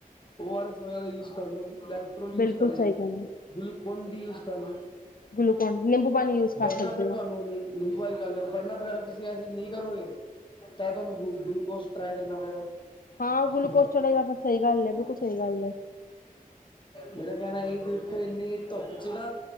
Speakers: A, on the left (about 35°); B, on the left (about 75°).
A: ਓ ਆਰ ਐਸ ਵਗੈਰਾ ਯੂਜ ਕਰ ਲੋੈ ਪੈੋਲ ਯੂਜ
B: ਬਿਲਕੁਲ
A: ਕਰ ਲ
B: ਸਹੀ ਗੱਲ ਹੈ।
A: ਗਲੂਕੋਨ ਡ ਯੂਜ ਕਰ ਲੋ
B: ਗਲੂਕੋਨ ਨਿੰਬੂ ਪਾਣੀ ਯੂਜ ਕਰ
A: ਵਰਨਾ
B: ਸਕਦੇ
A: ਫੇਰ
B: ਹੋ
A: ਤੁਹਾਨੂੰ ਨ <unintelligible> ਗੱਲ ਵਰਨਾ ਫਿਰ ਅਗਰ ਤੁਸੀਂ ਇਹ ਚੀਜ਼ ਨਹੀਂ ਕਰੋਗੇ। ਤਾਂ ਤੁਹਾਨੂੰ ਗਲੂਕੋਸ ਟਰਾਈ ਕਰਨਾ ਪਏਗਾ।
B: ਹਾਂ
A: <unintelligible>
B: ਗਲੂਕੋਸ ਚੜੇਗਾ ਫਿਰ ਸਹੀ ਗੱਲ ਹੈ ਬਿਲਕੁਲ ਸਹੀ ਗੱਲ ਹੈ।
A: ਮੇਰਾ ਕਹਿਣਾ ਇ ਗਰਿੱਪ ਇੰਨੀ ਧੁੱਪ ਚ ਨਾ